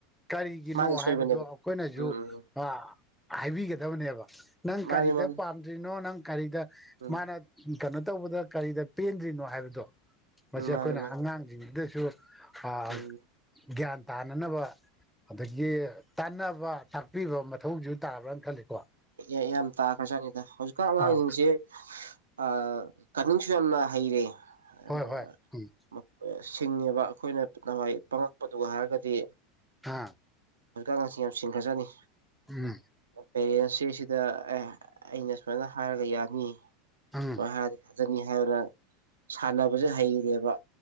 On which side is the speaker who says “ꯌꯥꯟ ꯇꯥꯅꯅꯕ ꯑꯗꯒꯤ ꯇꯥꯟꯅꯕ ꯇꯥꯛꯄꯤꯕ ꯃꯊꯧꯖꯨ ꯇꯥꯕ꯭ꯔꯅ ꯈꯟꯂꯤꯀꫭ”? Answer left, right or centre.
Centre